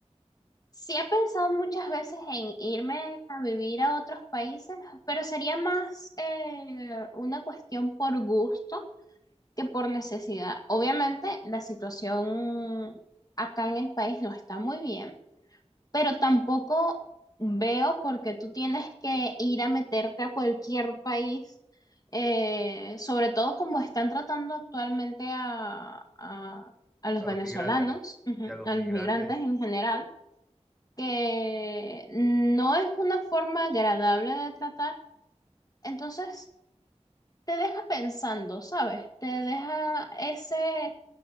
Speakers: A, on the left; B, in the centre.
A: Sí he pensado muchas veces en irme a vivir a otros países, pero sería más eh, una cuestión por gusto que por necesidad. Obviamente, la situación acá en el país no está muy bien. pero tampoco veo por qué tú tienes que ir a meterte a cualquier país, eh, sobre todo como están tratando actualmente a, a- a los
B: A
A: venezolanos,
B: los migrantes
A: ujú,
B: y a los
A: a
B: migrantes
A: los migrantes en general, que no es una forma agradable de tratar. Entonces, te deja pensando, ¿sabes? Te deja ese